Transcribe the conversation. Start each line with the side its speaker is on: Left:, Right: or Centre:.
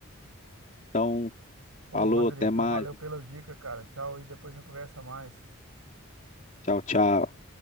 Left: Então,
Right: Ô,
Left: falou,
Right: Rodrigo,
Left: até
Right: então
Left: mais.
Right: valeu pelas dicas, cara. Tchau e depois a gente conversa mais.
Left: Tchau, tchau.